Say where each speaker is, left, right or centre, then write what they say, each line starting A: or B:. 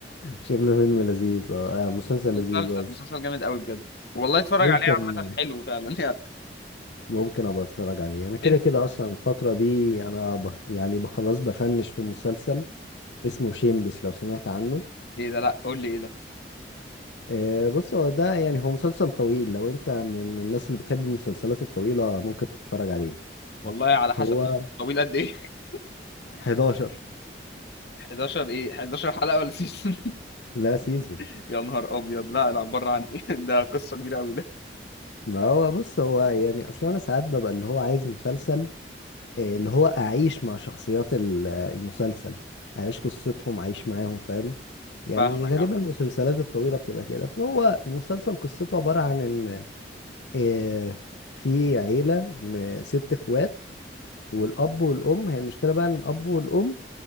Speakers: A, on the left; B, on the left.
A: شكله فيلم لذيذ اه آه، مسلسل لذيذ
B: مسلسل
A: قصدي
B: مسلسل جامد قوي بجد والله اتفرج
A: ممكن
B: عليه عامه حلو فعلا <laughs> يعني
A: ممكن ابقى اتفرج عليه انا كده
B: انت
A: كده اصلا الفترة دي انا بخ... يعني بخلص بفنش في مسلسل اسمه شيمليس لو سمعت عنه
B: ايه ده لا قول لي ايه ده
A: آه، بص هو ده يعني هو مسلسل طويل لو انت من الناس اللي بتحب المسلسلات الطويلة ممكن تتفرج عليه
B: والله على حسب
A: هو
B: طويل قد ايه <laughs>
A: 11
B: 11 ايه 11 حلقه ولا سيزون
A: لا سيزون
B: <laughs> يا نهار ابيض لا لا بره عني <laughs> ده قصه كبيره قوي ده
A: ما هو بص هو يعني اصلا انا ساعات ببقى اللي هو عايز مسلسل آه، اللي هو اعيش مع شخصيات ال- آه، المسلسل اعيش قصتهم اعيش معاهم فاهم يعني
B: فاهمك
A: غالبا
B: يا عم
A: المسلسلات الطويلة بتبقى كده فهو المسلسل قصته عبارة عن ان آه، في عيلة م- ست اخوات والاب والام هي المشكلة بقى ان الاب والام